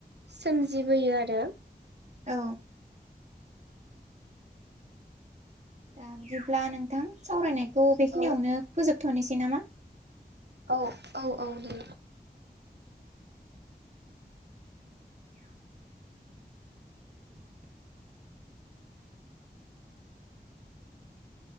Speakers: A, on the right (about 80°); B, on the right (about 45°).
A: सोमजिबोयो आरो
B: अ। दा बिदिब्ला नोंथां सावरायनायखौ बेखिनियावनो
A: औ
B: फोजोबथ'निसै नामा?
A: औ औ औ दे।
B: <inaudible> ज